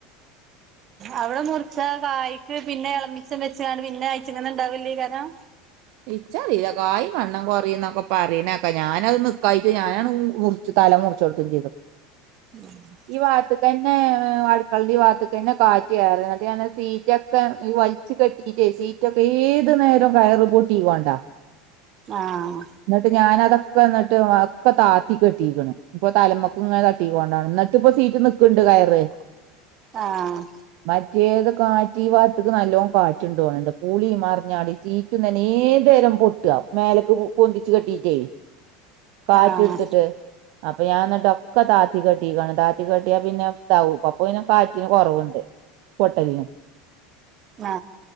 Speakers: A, on the right; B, on the right.
A: അവിടെ മുറിച്ച കായ്ക്ക്. പിന്നെ എളമിച്ചം വെച്ച്കാൻണ്ട് പിന്നെ അയച്ച്ങ്ങന്ന്‌ ഉണ്ടാവലേക്കാരം.
B: ഇച്ചറീല കായ് വണ്ണം കൊറിംന്നൊക്കെ പറിണെക്കാ ഞാന് അഹ് നിക്കാഞ്ഞിട്ട് ഞാനാഹ് മുർ ച്ച് തല മുറിചൊടുക്കും ചെയ്ത്.
A: <unintelligible>
B: ഈ പാത്ത്ക്കന്നെ അടുക്കളന്റെ ഈ പാത്ത്ക്കന്നെ കാറ്റ് കേറ. ന്നട്ട് ഞാന് ആ സീറ്റ ക്ക ഈ വലിച്ചു കെട്ടിട്ടേ സീറ്റൊക്കെ, ഏത് നേരം കയറ് പൊട്ടികോണ്ട.
A: ആഹ.
B: ന്നിട്ട് ഞാന അതൊക്കെ ന്നിട്ട്, ഒക്കെ താത്തി കെട്ടീക്ക്ണ്. ഇപ്പൊ തലമക്കും ഇങ്ങനെ തട്ടീ കൂണ്ടാണ്. ന്നട്ട് ഇപ്പോ സീറ്റ് നിക്ക്ണ്ട് കയറ്.
A: ആഹ്
B: മറ്റേത് കാറ്റ് ഈ പാത്ത്ക്ക് നല്ലോം കാറ്റ്ണ്ട് പോണണ്ട്. പൂളി മറിഞ്ഞാടി സീറ്റ നേത് രം പൊട്ട്അ മേൽക്ക് പൊന്തിച്ചു കെട്ടീട്ടേ കാറ്റെടുത്തിട്ട്.
A: ആഹ്
B: അപ്പൊ ഞാൻ എന്നിട്ട് ഒക്കെ താത്തി കെട്ടിക്കാണ്. താത്തി കെട്ടിയാ പിന്നെ, ഇതാവും അപ്പൊ പിന്നെ കാറ്റിന് കുറവുണ്ട് പൊട്ടലിന്.
A: മ